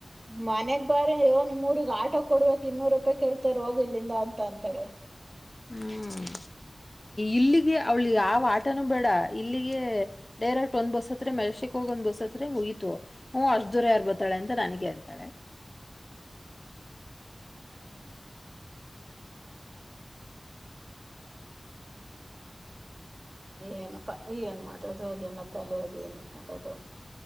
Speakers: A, on the right; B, on the left.
A: ಮನೆಗ್ ಬಾರೆ ಯೊ ನಿಮ್ಮೂರಿಗ್ ಆಟೋ ಕೊಡ್ಬೇಕ್ ಇನ್ನೂರು ರೂಪಾಯಿ ಕೇಳ್ತಾರ್ ಹೋಗು ಇಲ್ಲಿಂದ ಅಂತ ಅಂತಾಳೆ.
B: ಹ್ಮ್ ಇಲ್ಲಿಗೆ ಅವಳಿ ಯಾವ ಆಟನುೂ ಬೇಡ ಇಲ್ಲಿಗೆ ಡೈರೆಕ್ಟ್ ಒಂದ್ ಬಸ್ ಹತ್ರ ಮೆಷಟಿಕ್ ಹೋಗ ಒಂದ್ ಬಸ್ ಹತ್ರ ಮುಗೀತು ಹ್ಮ ಅಷ್ಟ ದೂರ ಯಾರ್ ಬತಾಳೆ ಅಂತ ನನಗ ಅಂತಾಳೆ.
A: ಏನಪ್ಪಾ ಏನ್ ಮಾತ್ಡತಳೊ ಅದು ಅದೇನ ತಲೆ ಅದ ಏನಿ. ಕಂಡದು.